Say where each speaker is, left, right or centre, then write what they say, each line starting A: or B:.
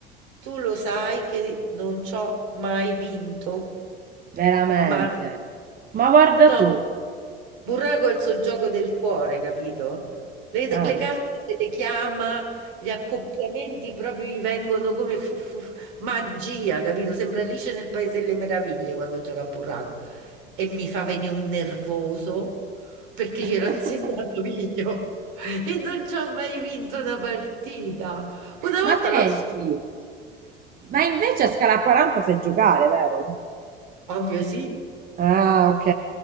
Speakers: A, on the right; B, on the right.
A: tu lo sai che non ci ho mai vinto,
B: Veramente.
A: mai.
B: Ma guarda
A: No,
B: tu.
A: Burraco è il suo gioco del cuore, capito? Le,
B: Ah,
A: le carte
B: io-
A: se le chiama, gli accoppiamenti proprio gli vengono come fu, fu- fu- magia, capito? Sembra Alice nel Paese delle Meraviglie quando gioca a Burraco. E mi fa venire un nervoso perché
B: <laughs>
A: ce l'ho insegnato io e non ci ho mai vinto una partita. Una volta
B: Ma senti,
A: l'ho... <laughs> s-
B: ma invece a scala 40 sai giocare, vero?
A: Ovvio sì.
B: Ah, ok.